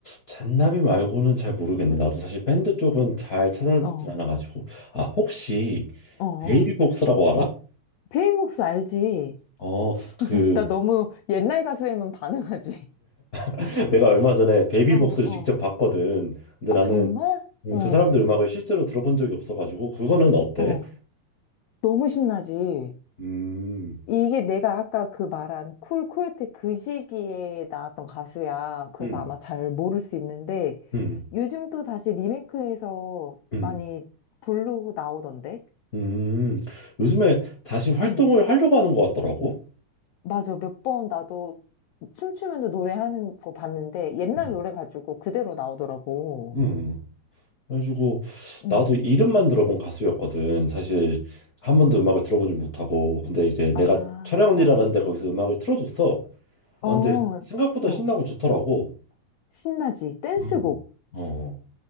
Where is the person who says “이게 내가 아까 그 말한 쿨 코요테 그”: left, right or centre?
Left